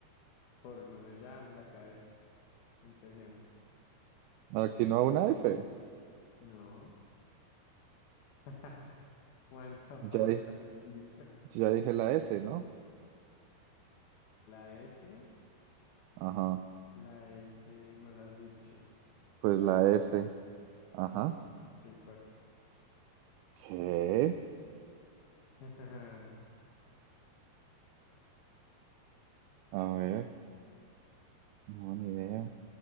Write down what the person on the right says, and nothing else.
aquí no hay una F.
Ya, di-
ya dije la S, ¿no?
Ajá,
pues
la
S. Ajá.
¿Qué?
A ver, no, ni idea.